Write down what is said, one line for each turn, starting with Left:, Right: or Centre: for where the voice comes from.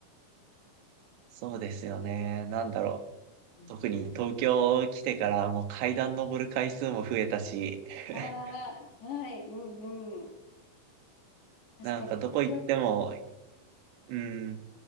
Right: そうですよね。なんだろう。
Left: うん。
Right: 特に東京来てからもう階段登る回数も増えたし、<laughs>
Left: ああ、はい、うんうん。確かに東京
Right: なんかどこ行っても、うん、